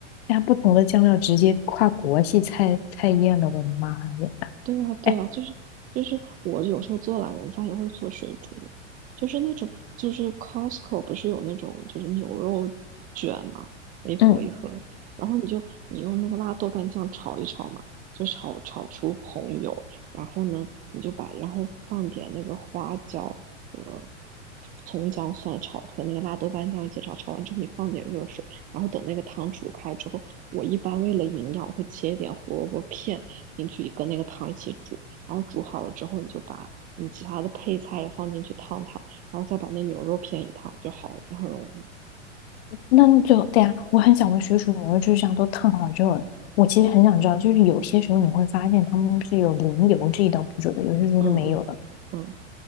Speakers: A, on the left; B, on the right.
A: 加不同的酱料，直接跨国系菜菜宴了，我的妈呀！
B: 对啊，对啊，
A: 哎，
B: 就是就是我有时候做懒人饭也会做水煮牛，就是那种就是 Costco 不是有那种就是牛肉卷嘛，一盒一盒的，
A: 嗯。
B: 然后你就你用那个辣豆瓣酱炒一炒嘛，就炒炒出红油，然后呢你就把然后放点那个花椒和葱姜蒜炒和那个辣豆瓣酱一起炒，炒完之后你放点热水，然后等那个汤煮开之后，我一般为了营养，我会切一点胡萝卜片进去，跟那个汤一起煮，然后煮好了之后，你就把你其他的配菜也放进去烫烫，然后再把那牛肉片一烫就好了，就很容易。
A: 那那最后，对呀，我很想问水煮牛肉就是这样都烫好之后，我其实很想知道，就是有些时候你会发现他们是有淋油这一道步骤的，有些时候是没有的，
B: 嗯嗯嗯。